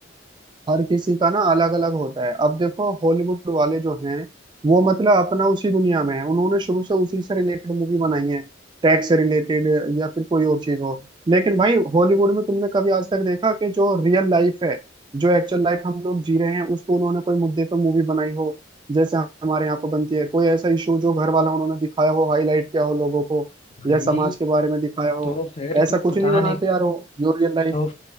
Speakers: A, on the right; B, on the left.
A: हर किसी का ना अलग अलग होता है अब देखो हॉलीवुड वाले जो हैं वो मतलब अपना उसी दुनिया में है उन्होंने शुरू से उसी से रिलेटेड मूवी बनाई है टैक्स से रिलेटेड या फिर कोई और चीज हो लेकिन भाई हॉलीवुड में तुमने कभी आज तक देखा कि जो रियल लाइफ है जो एक्चुअल लाइफ हम लोग जी रहे हैं उसको उन्होंने कोई मुद्दे पर मूवी बनाई हो जैसे हमारे यहाँ पर बनती है कोई ऐसा इशू जो घर वाला उन्होंने दिखाया हो हाईलाइट किया हो लोगों को
B: भाई
A: या समाज के बारे में दिखाया हो
B: तो फिर
A: ऐसा
B: तुम
A: कुछ
B: पता
A: नहीं बनाते
B: नहीं
A: यार वो जो रियल लाइफ
B: तो